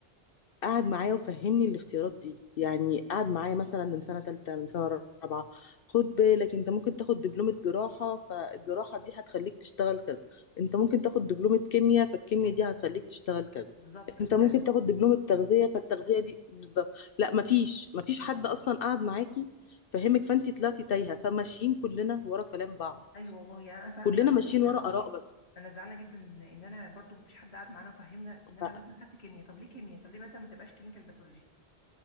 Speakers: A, on the left; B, on the left.
A: قعد معايا وفهمني الاختيارات دي يعني قعد معايا مثلا من سنة تالتة من سنة رابعة خد بالك انت ممكن تاخد دبلومة جراحة فالجراحة دي هتخليك تشتغل كذا انت ممكن تاخد دبلومة كيمياء فالكيمياء دي هتخليك تشتغل كذا
B: بالظبط كده
A: انت ممكن تاخد دبلومة تغذية فالتغذية دي بالظبط لا مفيش مفيش حد
B: اه آه.
A: اصلا قعد معاكي فهمك فانت طلعتي تايهة فماشيين كلنا ورا كلام بعض
B: ايوه والله يعني انا فعلا
A: كلنا
B: زعلانه
A: ماشيين
B: جدا
A: ورا
B: اه
A: آراء بس
B: انا زعلانه جدا ان انا برضو مفيش حد قعد معانا وفهمنا
A: ف-
B: ان انا مثلا خدت كيمياء طب ليه كيمياء طب ليه مثلا ما تبقاش كلينيكال باثولوجي